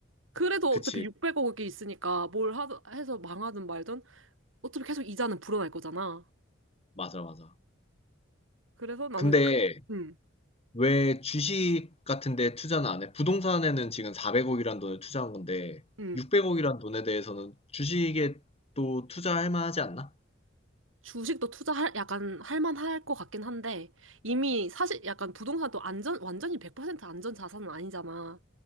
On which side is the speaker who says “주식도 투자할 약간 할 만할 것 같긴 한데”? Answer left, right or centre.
Right